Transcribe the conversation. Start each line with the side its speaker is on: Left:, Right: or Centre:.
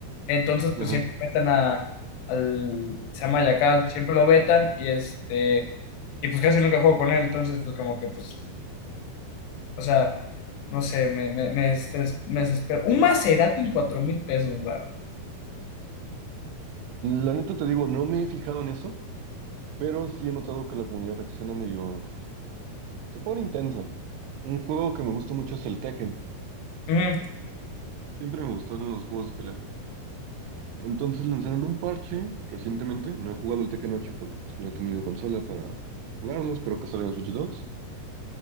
Left: Entonces,
Right: Ajá.
Left: pues siempre vetan a, al, se llama Yakal, siempre lo vetan y este, y pues casi nunca juego con él. Entonces, pues como que, pues, o sea, no sé, me, me, me, estres- me desespero. Un Maserati en cuatro mil pesos, güey.
Right: La neta te digo, no me he fijado en eso, pero sí he notado que la comunidad reacciona medio... Se pone intensa. Un juego que me gusta mucho es el Tekken.
Left: Ujú.
Right: Siempre me gustaron los juegos de pelea. Entonces lanzaron un parche recientemente. No he jugado el Tekken ocho porque pues, no he tenido consola para jugarlos, pero que salga en Switch dos